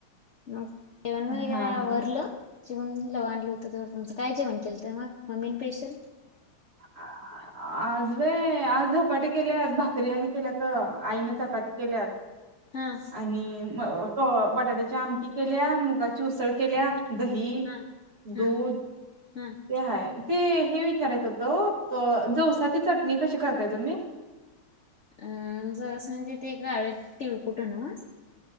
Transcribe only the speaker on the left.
मग जेवण वगैर
आवरलं.
जेवण लव आणलं होतं, तेव तुमचं काय जेवण केलंत मग मम्मी स्पेशल?
हा
हा
हा हा
अम जवस म्हणजे ते काळे तिळकुट ना?